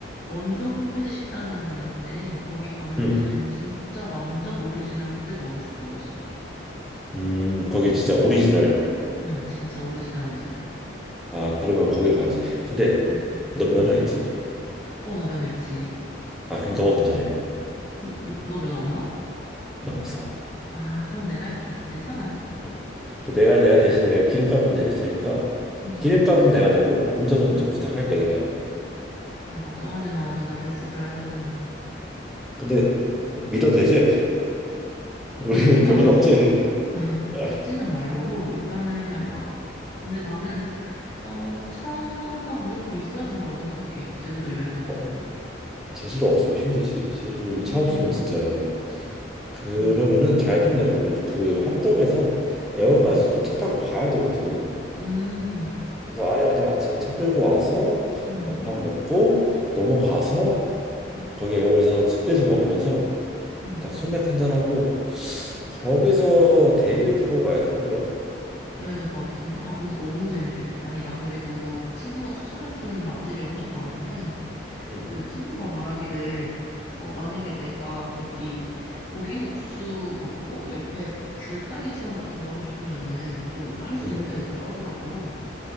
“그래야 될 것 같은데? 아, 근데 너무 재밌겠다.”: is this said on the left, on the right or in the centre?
Left